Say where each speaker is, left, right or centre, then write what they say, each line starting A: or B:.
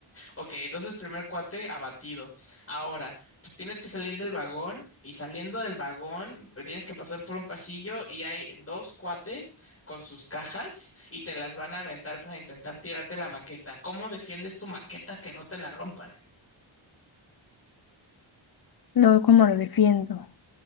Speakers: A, on the left; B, on the left.
A: Ok, entonces primer cuate abatido. Ahora, tú tienes que salir del vagón y saliendo del vagón pues, tienes que pasar por un pasillo y hay dos cuates con sus cajas y te las van a aventar para intentar tirarte la maqueta. ¿Cómo defiendes tu maqueta que no te la rompan?
B: Luego, ¿cómo lo defiendo?